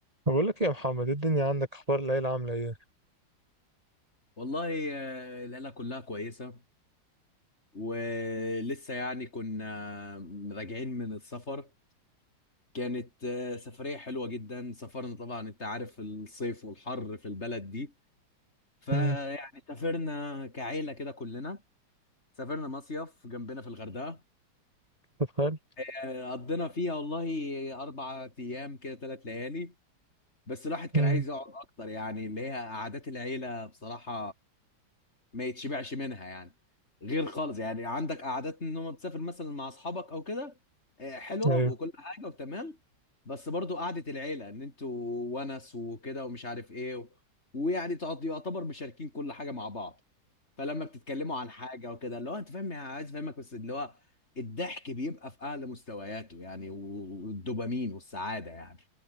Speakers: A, on the right; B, on the left.
A: بقول لك إيه يا محمد إيه الدنيا عندك اخبار العيله عامله ايه
B: والله آه، العيلة كلها كويسة ولسه يعني كنا راجعين من السفر كانت آه، سفرية حلوة جدا سافرنا طبعا انت عارف الصيف والحر في البلد دي فيعني
A: امم
B: سافرنا كعيلة كده كلنا سافرنا مصيف جنبنا في الغردقة
A: تتخيل
B: آه، قضينا فيها والله أربع أيام كده ثلاث ليالي بس الواحد كان
A: امم
B: عايز يقعد أكتر يعني اللي هي قعدات العيلة بصراحة ما يتشبعش منها يعني غير خالص يعني عندك قعدات ان هم تسافر مثلا مع اصحابك او كده آه، حلوه
A: ايوه
B: وكل حاجه وتمام بس برضو قعده العيله ان انتوا ونس وكده ومش عارف ايه و... ويعني تعط- يعتبر مشاركين كل حاجه مع بعض فلما بتتكلموا عن حاجه وكده اللي هو انت فاهم يعني عايز افهمك بس اللي هو الضحك بيبقى في اعلى مستوياته يعني و- والدوبامين والسعاده يعني